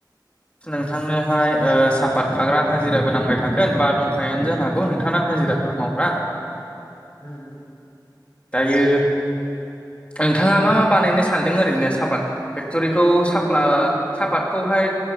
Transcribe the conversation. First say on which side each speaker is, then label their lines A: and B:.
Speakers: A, on the left; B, on the left.
A: नोंथांनोहाय ओ सा बादखाग्रा हाजिराबो नांबाय थागोन बा दंखायानो जानो हागौ नोंथाङा हाजिराफोर माव
B: उम उम
A: दायो नोंथाङा मा मा बानायनो सानदों ओरैनो सापात फेक्ट'रिखौ
B: आंथ' ओरैनो
A: साप्ला
B: माने
A: सापातखौहाय